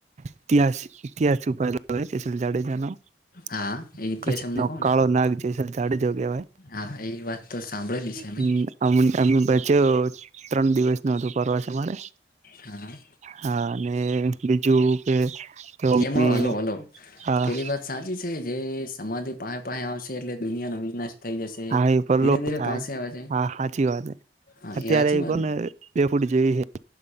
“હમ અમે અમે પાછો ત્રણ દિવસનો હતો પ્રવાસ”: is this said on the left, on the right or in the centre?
Right